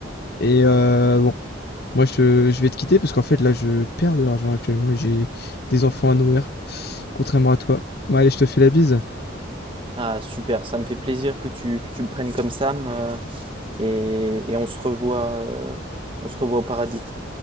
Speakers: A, on the left; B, on the right.
A: et euh, bon, Moi, je, je vais te quitter parce qu'en fait, là, je perds de l'argent actuellement et j'ai des enfants à nourrir, contrairement à toi. Bon, allez, je te fais la bise.
B: Ah, super, ça me fait plaisir que tu, que tu le prennes comme ça. me- et, et on se revoit, euh, on se revoit au paradis.